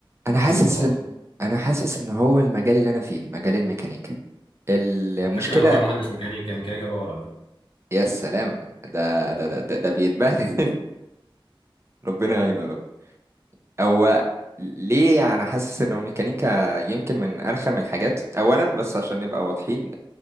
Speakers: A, on the right; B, on the left.
A: انا
B: من حيث
A: حاسس
B: الدراسة
A: ان انا حاسس ان هو المجال اللي انا فيه مجال الميكانيكا المشكلة
B: على فكرة انا اخويا مهندس ميكانيكا ميكانيكا باور على فكرة
A: يا سلام ده
B: والله
A: ده ده ده, ده بيتبهدل <laughs> ربنا
B: جامد
A: يعينه يا رب هو ليه انا حاسس ان الميكانيكا يمكن من ارخم الحاجات اولا بس عشان نبقى واضحين